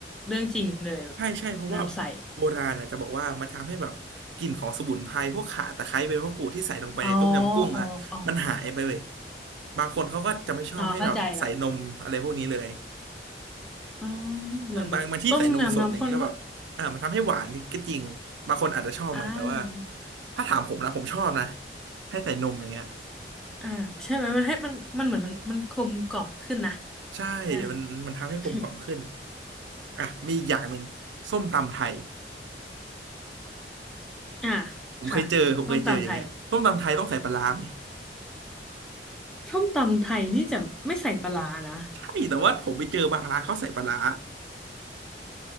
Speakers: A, in the centre; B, on the right.
A: เรื่องจริงเลยแบบ
B: ใช่ใช่เพราะว่า
A: น้ำใส
B: โบราณนะจะบอกว่ามันทำให้แบบกลิ่นของสมุนไพรพวกข่าตะไคร้ใบมะกรูดที่ใส่ลงไปในต้มยำกุ้งอ่ะมันหายไปเลย
A: อ๋ออ๋ออ๋อ
B: บางคนเขาก็จะไม่ชอบให้แบบใส่นมอะไรพวกนี้เลย
A: อ๋อเข้าใจละอ๋อเหมือนแบบต้มยำน้ำข้นก็
B: อ่ะบางบางที่ใส่นมสดอย่างเงี้ยก็แบบอ่ามันทำให้หวานก็จริงบางคนอาจจะชอบไหมแต่ว่า
A: อ่า
B: ถ้าถามผมนะผมชอบนะให้ใส่นมอย่างเงี้ย
A: อ่าใช่ไหมมันให้มันมันเหมือนมันมันกลมกล่อมขึ้นนะ
B: ใช่มันมันทำให้กลมกล่อมขึ้น
A: อ่า <coughs>
B: อ่ะมีอีกอย่างหนึ่งส้มตำไทย
A: <laughs> อ่า
B: ผมเคยเจอผมเคยเจออย่างเงี้ยส้มตำไทยต้องใส่ปลาร้าไหม
A: ค่ะส้มตำไทยส้มตำไทยนี่จะไม่ใส่ปลาร้านะ
B: ใช่แต่ว่าผมไปเจอบางร้านเขาใส่ปลาร้า